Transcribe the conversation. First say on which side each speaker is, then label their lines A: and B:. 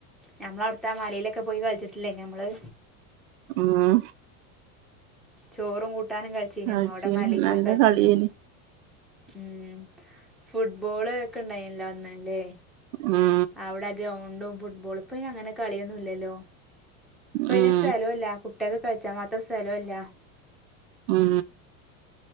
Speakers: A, in the centre; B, on the right.
A: ഞമ്മൾ അവിടുത്തെ മലയിലൊക്കെ പോയി കളിച്ചിട്ടില്ലേ നമ്മള്
B: മ്
A: ചോറും കൂട്ടാനും കളിച്ചീനും
B: കളിച്ചീനി
A: അവിടെ മലയിൽ
B: നല്ല
A: പോയി കളിച്ചീനും
B: കളിയേനി
A: ഉം ഫുട്ബോള് ഒക്കെ ഇണ്ടായിനിയല്ലോ അന്ന് ല്ലെ
B: ഉം
A: ആവിടാ ഗ്രാ ണ്ടും ഫുട്ബോൾ ഇപ്പൊ അങ്ങനെ കളിയൊന്നും ഇല്ലല്ലോ പ
B: ഉം
A: അയിൻ സ്ഥലുല്ല കു കുട്ട്യാക് കൽച്ച മാത്രം സ്ഥലമല്ല
B: ഉം